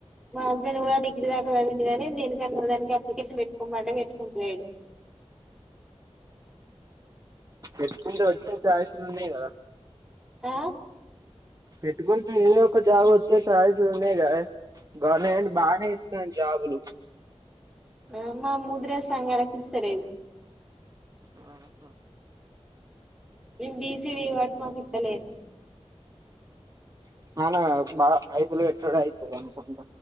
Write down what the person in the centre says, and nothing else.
మా హస్బెండ్ గుడా డిగ్రీ దాకా చద్విండు గాని దేనికన్న ఒకదానికి అప్లికేషన్ పెట్టుకోమంటే పెట్టుకుంటలేడు
ఆ
ఆ మా ముదిరే సంఘాలకిస్తాలేదు
మేం బీసిడి గాబట్టి మాకు ఇత్తలేరు